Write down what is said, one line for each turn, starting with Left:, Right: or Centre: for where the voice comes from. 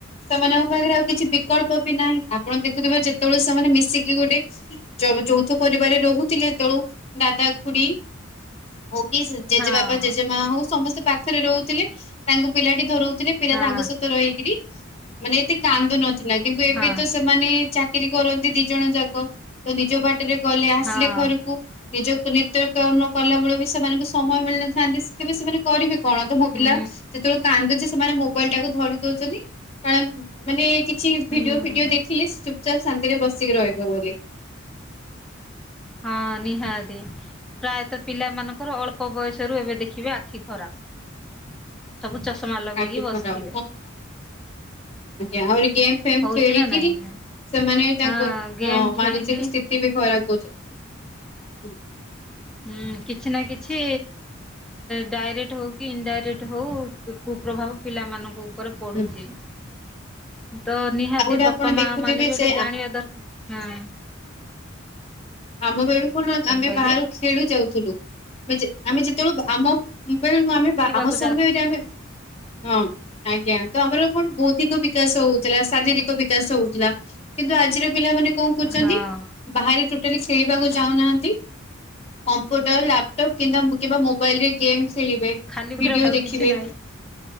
Left: ସେମାନଙ୍କ ପାଖରେ ଆଉ କିଛି ବିକଳ୍ପ ବି ନାହିଁ ଆପଣ ଦେଖୁଥିବେ ଯେତେବେଳେ ସେମାନେ ମିଶିକି ଗୋଟେ ଚ-ଚୌଥ ପରିବାର ରହୁଥିଲେ ତେଳୁ ଦାଦା ଖୁଡି ହଉ କି ଜେଜେବା
Centre: ହଁ
Left: ଜେଜେ ମା ହଉ ସମସ୍ତେ ପାଖରେ ରହୁଥିଲେ। ତାଙ୍କୁ ପିଲାଟି ଧରଉ ଥିଲେ ପିଲା
Centre: ହଁ
Left: ତାଙ୍କ ସହିତ ରହିକରି ମାନେ ଏତେ କାନ୍ଦ ନଥିଲା କିନ୍ତୁ ଏବେ
Centre: ହଁ
Left: ତ ସେମାନେ ଚା ଚାକିରି କରନ୍ତି ଦି ଜଣ ଯାକ ତ ନିଜ ବାଟରେ ଗଲେ ଆସିଲେ
Centre: ହଁ
Left: ଘରକୁ ନିଜକୁ ନିତ୍ୟ କଲାବେଳେ ବି ସେମାନଙ୍କୁ ସମୟ ମିଳି ନ ଥାନ୍ତି ସେଥି ସେମାନେ କରିବେ କଣ ତ ମୋ
Centre: ହୁଁ
Left: ପିଲା ଯେତେବେଳେ କାନ୍ଦୁଛି ସେମାନେ ମୋବାଇଲ ଟାକୁ ଧରି ଦଉଛନ୍ତି। <unintelligible> ମାନେ କିଛି ଭିଡିଓ
Centre: ହୁଁ
Left: ଫିଡିଓ ଦେଖିଲେ ସବ ଶାନ୍ତିରେ ବସିକି ରହିବ ବୋଲି।
Centre: ହଁ ନିହାତି ପ୍ରାୟତଃ ପିଲା ମାନଙ୍କର ଅଳ୍ପ ବୟସରୁ ଏବେ ଦେଖିବେ ଆଖି ଖରାପ। ସବୁ ଚଷମା ଲଗେଇକି
Left: ଆଖି
Centre: ବସିଥିବେ।
Left: ଖରାପ ଆଉଳି ଗେମ୍ ଫେମ
Centre: ହଉଛି
Left: ଖେଳିକରି
Centre: ନା ନାଇଁ? ଆଜ୍ଞା?
Left: ସେମାନେ ବି ତାଙ୍କ
Centre: ହଁ ଗେମ୍ ଖେଳିକି
Left: ମାନସିକ ସ୍ଥିତି ବି ଖରାପ। ଖୋଝ ହଁ।
Centre: ହଁ କିଛି ନା କିଛି ଡାଇରେକ୍ଟ ହଉ କି ଇନଡାଇରେକ୍ଟ ହଉ କୁପ୍ରଭାବ ପିଲାମାନଙ୍କ ଉପରେ ଉପରେ ପଡ଼ୁଛି।
Left: ହୁଁ
Centre: ତ ନିହାତି
Left: ଆଉ ଗୋଟେ
Centre: ବାପା
Left: ଆପଣ
Centre: ମା
Left: ଦେଖୁଥିବେ
Centre: ମାନେ ବି ଏଟେ
Left: ଯେ
Centre: ଜାଣିବା ଦର ହଁ।
Left: ଆମ ବେଳୁକୁ ଣ
Centre: କଣ
Left: ଆମେ
Centre: କହିଲେ?
Left: ବାହାରୁ ଖେଳୁ ଯାଉଥିଲୁ। ଆମେ ଜେ ଆମେ ଯେତେବେଳୁ ବା ଆମ ମ୍ ବେଳକୁ ଆମେ
Centre: ଖେଳିବାକୁ
Left: ବା ଆମ ସମୟରେ
Centre: ଯାଉ
Left: ଆମେ ହଁ। ଆଜ୍ଞା ତ ଆମର କଣ ବୌଦ୍ଧିକ ବିକାଶ ହଉଥିଲା ଶାରୀରିକ ବିକାଶ ହଉଥିଲା। କିନ୍ତୁ ଆଜିର ପିଲାମାନେ କଣ କହୁଚନ୍ତି
Centre: ହଁ
Left: ବାହାରେ ଟୋଟାଲୀ ଖେଳିବାକୁ ଯାଉନାହାନ୍ତି କମ୍ପୁଟର ଲାପଟପ୍ କିନ୍ଦା କିବା ମୋବାଇଲ ରେ ଗେମ୍ ଖେଳିବେ
Centre: ଖାଲି
Left: ଭିଡିଓ
Centre: ଆଉ
Left: ଦେଖିବେ
Centre: କିଛି ନାହିଁ।